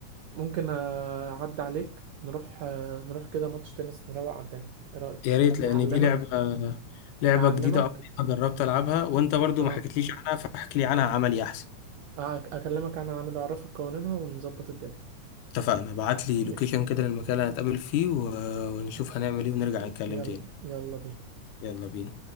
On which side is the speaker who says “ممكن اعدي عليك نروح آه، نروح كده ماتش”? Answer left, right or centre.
Right